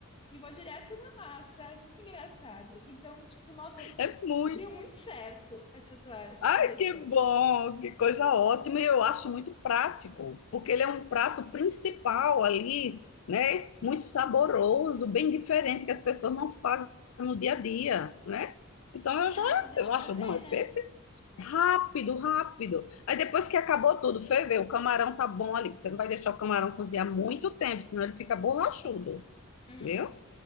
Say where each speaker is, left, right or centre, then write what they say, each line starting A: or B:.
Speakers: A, on the left; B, on the left.
A: E vou direto na massa, é muito engraçado. Então, tipo, nossa,
B: é muito
A: Deu muito certo essa tua sugestão.
B: Ai, que bom, que coisa ótima. E eu acho muito prático, porque ele é um prato principal ali, né? Muito saboroso, bem diferente que as pessoas não fazem no dia a dia, né? Então
A: E
B: eu
A: rápido
B: já, eu
A: de fazer,
B: acho, não, é
A: né?
B: perfeito. Rápido, rápido. Aí depois que acabou tudo, foi ver, o camarão tá bom ali, que você não vai deixar o camarão cozinhar muito tempo, senão ele fica borrachudo,
A: Hum.
B: viu?